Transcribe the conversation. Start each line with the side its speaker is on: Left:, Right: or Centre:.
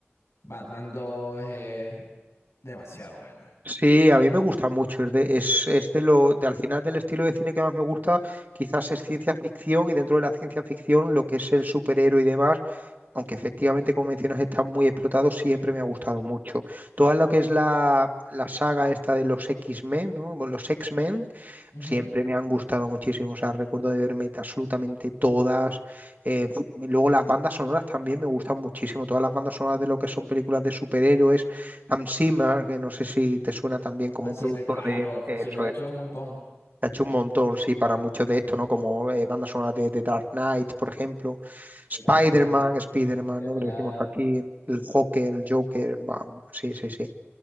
Left: Batman dos es demasiado buena.
Right: Sí, a mí me gusta mucho. Es de, es, es de lo, de al final del estilo de cine que más me gusta, quizás es ciencia ficción y dentro de la ciencia ficción lo que es el superhéroe y demás, aunque efectivamente, como mencionas, está muy explotado, siempre me ha gustado
Left: Sí, sí.
Right: mucho. Toda lo que es la, la saga esta de los X-Men, ¿no? Bueno, Los X-Men,
Left: Ujú.
Right: siempre me han gustado muchísimo. O sea, recuerdo de verme absolutamente todas. Eh, <sniffs> pf, y luego las bandas sonoras también me gustan muchísimo. Todas las bandas sonoras de lo que son películas de superhéroes. Hans Zimmer, que no sé si te suena también como
Left: Hans
Right: un productor
Left: Zimmer, claro,
Right: de eso
Left: Hans Zimmer ha hecho un montón.
Right: se ha hecho un montón, sí, para muchos de estos, ¿no? Como eh, bandas sonoras de, de Dark Knight, por ejemplo.
Left: The
Right: Spider-Man,
Left: Dark Knight,
Right: Spider-Man,
Left: Interestelar,
Right: ¿no? Que le decimos aquí. El Joker, el Joker. bam, sí, sí, sí.